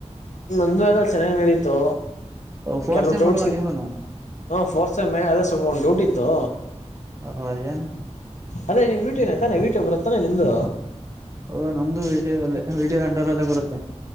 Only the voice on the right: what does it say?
ಫೋರ್ತ್
ಸೆಮ್
ಅಲ್ವಾ
ನೀವುನು
ಹ ಹ ಏನು
ಓ ನಮ್ದು ವಿಟಿಯು ಅಲ್ಲೇ ವಿಟಿಯು ಅಂಡರಲ್ಲೇ ಬರುತ್ತೆ